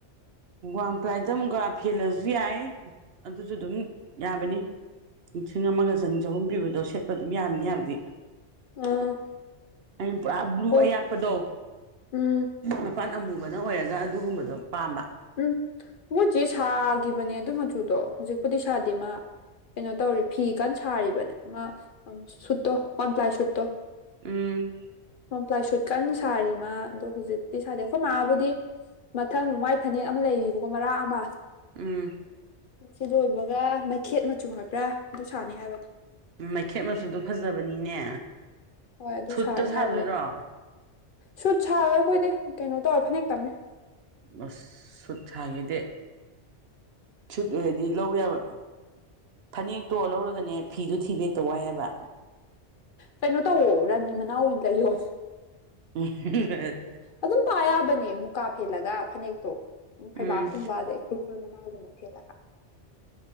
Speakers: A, on the right; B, on the left.
A: ꯋꯥꯜ ꯄ꯭ꯂꯥꯏꯗ ꯑꯃꯨꯛꯒ ꯐꯦꯜꯂꯖꯨ ꯌꯥꯏ ꯑꯗꯨꯁꯨ ꯑꯗꯨꯝ ꯌꯥꯕꯅꯤ ꯂꯤꯁꯤꯡ ꯑꯃꯒ ꯆꯅꯤ ꯆꯍꯨꯝ ꯄꯤꯕꯗꯣ ꯁꯦꯠꯄ ꯑꯗꯨꯝ ꯌꯝꯅꯤ
B: ꯎꯝ
A: ꯌꯕꯗꯤ
B: ꯑꯥ
A: ꯑꯩꯅ ꯄꯨꯔꯥ ꯕ꯭ꯂꯨ
B: ꯑꯣ
A: ꯑꯌꯥꯛꯄꯗꯣ
B: ꯎꯝ
A: ꯃꯄꯥꯟ ꯑꯃꯨꯕꯅ ꯑꯣꯏꯔꯒ ꯑꯗꯨꯒꯨꯝꯕꯗꯣ ꯄꯥꯝꯕ
B: ꯎꯝ ꯑꯈꯣꯏꯆꯦ ꯁꯥꯈꯤꯕꯅꯦ ꯑꯗꯨ ꯃꯆꯨꯗꯣ ꯍꯧꯖꯤꯛꯄꯨꯗꯤ ꯁꯥꯗꯦ ꯃꯥ ꯀꯩꯅꯣ ꯇꯧꯔꯤ ꯐꯤ ꯀꯥꯟ ꯁꯥꯔꯤꯕꯅꯤ ꯃꯥ ꯁꯨꯠꯇꯣ ꯋꯥꯜꯄꯂꯥꯏ ꯁꯨꯠꯇꯣ
A: ꯎꯝ
B: ꯋꯥꯜꯄ꯭ꯂꯥꯏ ꯁꯨꯠ ꯀꯟꯅ ꯁꯥꯔꯤ ꯃ ꯑꯗꯣ ꯍꯧꯖꯤꯛꯇꯤ ꯁꯥꯗꯦ ꯑꯈꯣꯏ ꯃꯥꯕꯨꯗꯤ ꯃꯊꯪ ꯃꯥꯏ ꯐꯅꯦꯛ ꯑꯃ ꯂꯩꯔꯤꯕꯀꯣ ꯃꯔꯥꯛ ꯑꯃ
A: ꯎꯝ
B: ꯑꯁꯤ ꯂꯣꯏꯕꯒ ꯃꯩꯈꯦꯠ ꯃꯆꯨ ꯍꯥꯏꯕ꯭ꯔꯥ ꯑꯗꯨ ꯁꯥꯅꯤ ꯍꯥꯏꯕꯅꯤ
A: ꯃꯩꯈꯦꯠ ꯃꯆꯨꯗꯣ ꯐꯖꯕꯅꯤꯅꯦ
B: ꯍꯣꯏ ꯑꯗꯨ
A: ꯁꯨꯠꯇ
B: ꯁꯥꯅꯤ
A: ꯁꯥꯗꯣꯏꯔꯣ
B: ꯍꯥꯏꯕꯅꯦ ꯁꯨꯠ ꯁꯥꯔꯣꯏ ꯑꯈꯣꯏꯗꯤ ꯀꯩꯅꯣ ꯇꯧꯔ ꯐꯅꯦꯛ ꯇꯪꯅꯦ
A: ꯑꯁ ꯁꯨꯠ ꯁꯥꯥꯈꯦꯗꯦ ꯁꯨꯠ ꯑꯣꯏꯗꯤ ꯂꯧ ꯌꯥꯕ ꯐꯅꯦꯛꯇꯣ ꯂꯧꯔꯒꯅꯦ ꯐꯤꯗꯨꯣ ꯊꯤꯕ ꯍꯦꯛꯇ ꯋꯥꯏ ꯍꯥꯏꯕ
B: ꯀꯩꯅꯣ ꯇꯧꯋꯣ ꯔꯥꯅꯤ ꯃꯅꯥꯎ ꯑꯣꯏꯅ ꯂꯩꯌꯣ
A: <unintelligible>
B: ꯑꯗꯨꯝ ꯄꯥ ꯌꯥꯕꯅꯦ ꯃꯨꯀꯥ ꯐꯦꯜꯂꯒ ꯐꯅꯦꯛꯇꯣ ꯐꯩꯕꯥꯛꯀꯨꯝꯕ
A: ꯎꯝ
B: ꯑꯗꯩ ꯐꯨꯜ ꯃꯅꯥꯎꯒꯨꯝꯕ ꯐꯦꯠꯂꯒ